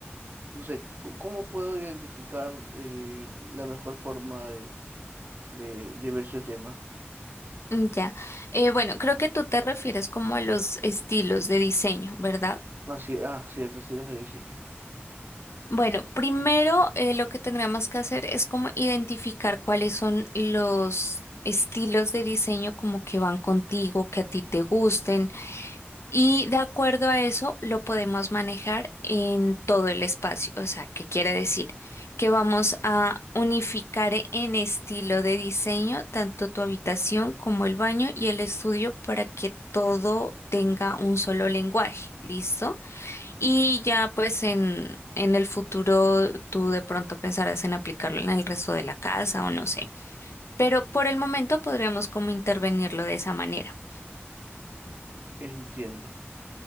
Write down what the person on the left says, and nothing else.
Mm, Ya. Eh, bueno, creo que tú te refieres como a los estilos de diseño, ¿verdad?
Bueno, primero eh, lo que tendríamos que hacer es como identificar cuáles son los estilos de diseño como que van contigo, que a ti te gusten y de acuerdo a eso lo podemos manejar en todo el espacio. O sea, ¿qué quiere decir? Que vamos a unificar en estilo de diseño tanto tu habitación como el baño y el estudio para que todo tenga un solo lenguaje. ¿Listo? Y ya pues en, en el futuro tú de pronto pensarás en aplicarlo en el resto de la casa o no sé. Pero por el momento podríamos como intervenirlo de esa manera.